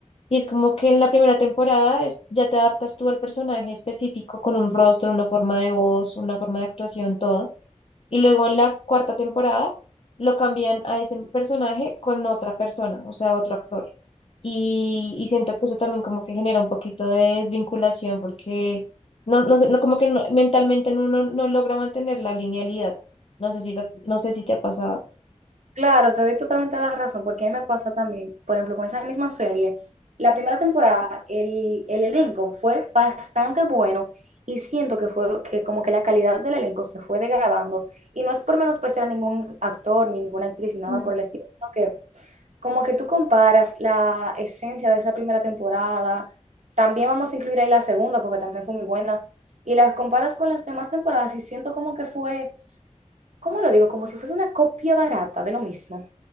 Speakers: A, on the left; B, on the right.
A: y es como que en la primera temporada es- ya te adaptas tú al personaje específico con un rostro, una forma de voz, una forma de actuación, todo. Y luego en la cuarta temporada lo cambian a ese personaje con otra persona, o sea, otro actor. Y, y siento que eso también como que genera un poquito de desvinculación porque no, no sé, no, como que no- mentalmente uno no no logra mantener la linealidad. No sé si, te- no sé si te ha pasado.
B: Claro, te doy totalmente la razón, porque a mí me pasa también, por ejemplo, con esa misma serie, la primera temporada, el, el elenco fue bastante bueno y siento que fue que como que la calidad del elenco se fue degradando y no es por menospreciar a ningún actor, ni ninguna actriz, ni nada
A: No.
B: por el estilo, sino que como que tú comparas la esencia de esa primera temporada, también vamos a incluir ahí la segunda, porque también fue muy buena, y las comparas con las demás temporadas y siento como que fue, ¿cómo lo digo? Como si fuese una copia barata de lo mismo.